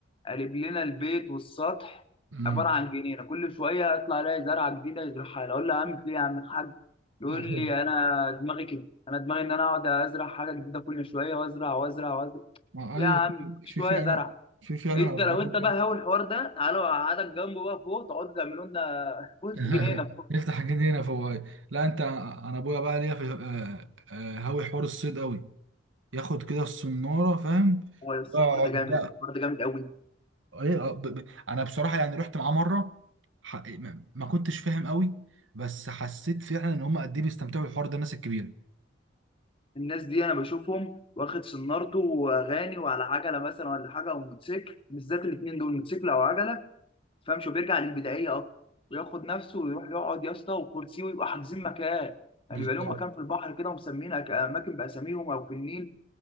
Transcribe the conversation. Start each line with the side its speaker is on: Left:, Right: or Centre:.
Left: قالب لنا البيت والسطح
Right: امم
Left: عباره عن جنينه كل شويه اطلع الاقي زرعه جديده يزرعها لي اقول له يا عم في إيه يا عم الحاج يقول
Right: <laughs>
Left: لي انا دماغي كده انا دماغي ان انا اقعد ازرع حاجه جديده كل شويه وازرع وازرع وازرع
Right: ما
Left: يا
Right: ايوه
Left: عم كل
Right: في
Left: شويه
Right: فعلا
Left: زرع
Right: في فعلا
Left: انت
Right: اخبار
Left: لو انت بقى
Right: كده
Left: هاوي الحوار ده تعالوا اقعدك جنبه بقى فوق تقعدوا تعملوا لنا <laughs> بص
Right: <laughs>
Left: جنينه فوق
Right: نفتح جنينه فوق أيوه. لا انت انا ابويا بقى ليا في آه، آه، هاوي حوار الصيد قوي ياخد كده الصناره فاهم
Left: هو يا أسطى
Right: يقعد
Left: الحوار ده جامد الحوار ده جامد قوي
Right: ايه آه، ب... ب... انا بصراحه يعني رحت معاه مره ح... ما ما كنتش فاهم قوي بس حسيت فعلا ان هم قد ايه بيستمتعوا بالحوار ده الناس الكبيره
Left: الناس دي انا بشوفهم واخد سنارته واغاني وعلى عجله مثلا ولا حاجه او موتوسيكل بالذات الاثنين دول موتوسيكل او عجله فاهمش وبيرجع للبدائيه اكتر وياخد نفسه ويروح يقعد يا اسطى وكرسي ويبقى حاجزين مكان يعني
Right: بالظبط
Left: يبقى لهم مكان في البحر كده ومسمين أك- اماكن باساميهم او في النيل